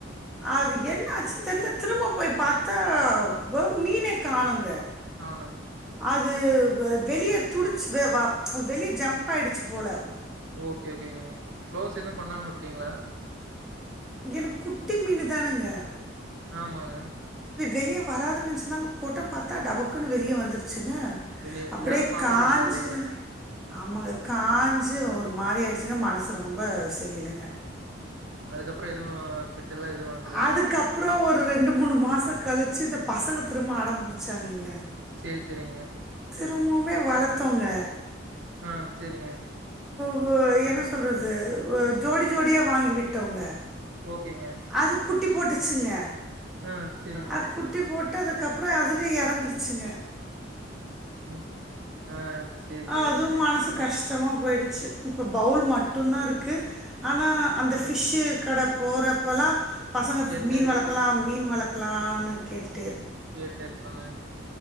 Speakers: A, in the centre; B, on the right.
A: அது என்னாச்சுன் தெர்ல திரும்ப போய் பாத்தா வ மீனே காணுங்க
B: அதா
A: அது வ வெளிய துடுச்சு வ வா அது வெளிய ஜம்ப் ஆயிடுச்சு போல
B: ஓகே ஓகேங்க க்ளோஸ் எது பண்ணாம விட்டீங்ளா
A: எனக் குட்டி மீனு தானுங்க
B: ஆமாங்க
A: வெளிய வராதுன் நெனச்சுதாங்க போட்ட பாத்தா டபக்குன்னு வெளிய வந்துருச்சு ங்க
B: வெளிய
A: அப்படியே
B: யாரும் பாக்கவும்
A: காஞ்சு
B: இல்ல அதைய.
A: ஆமாங்க காஞ்சு ஒரு மாரி ஆயிடுச்சுங்க மனசு ரொம்ப சரியில்லங்க
B: அதுக்கப்புறம் எதுவும் பெட்டெல்லாம் எதுவும் வளர்த்தலைங்க.
A: அதுக்கப்றோ ஒரு ரெண்டு மூணு மாச கழிச்சு இந்த பசங்க திரும்ப அடம் புடுச்சாங்கங்க
B: சேர் செரிங்க
A: திரும்பவுமே வளத்தோங்க
B: ஆ செரிங்க
A: ஓ என்ன சொல்றது ஜோடி ஜோடியா வாங்கி விட்டோங்க
B: ஓகேங்க
A: அது குட்டி போட்டுச்சுங்க
B: ஆ சரிங்க.
A: அ குட்டி போட் டதுகப்றொ அதுலே எறந்துருச்சுங்க
B: ம். ஆ சேரி சேரிங்க
A: அதுவு மனசு கஷ் டமா போயிடுச்சு இப்ப பவுல் மட்டுந்தா இருக்கு ஆனா‌
B: ம்.
A: அந்த ஃபிஷ்ஷு கட போறப் பலா பசங்க
B: கேட்டே
A: மீன் வளக்லா மீன் வளக் லானு கேட்டு
B: கேட்ட இருப்பாங்க